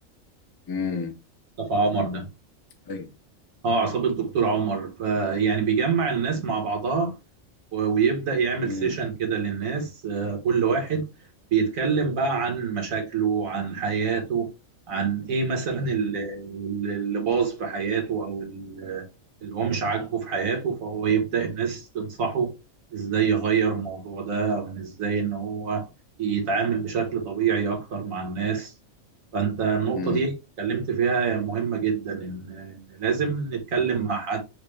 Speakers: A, on the left; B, on the right.
A: امم
B: مصطفى عمر ده
A: ايوه
B: اه عصابة دكتور عمر فيعني بيجمع الناس مع بعضها و- ويبدأ يعمل
A: امم
B: سيشن كده للناس آه، كل واحد بيتكلم بقى عن مشاكله عن حياته عن ايه مثلا ال- ال- اللي باظ في حياته او ال- اللي هو مش عاجبه في حياته فهو يبدأ الناس تنصحه ازاي يغير الموضوع ده او إن ازاي ان هو يتعامل بشكل طبيعي اكتر مع الناس فانت النقطة
A: امم
B: دي اتكلمت فيها مهمة جدا ان إن لازم نتكلم مع حد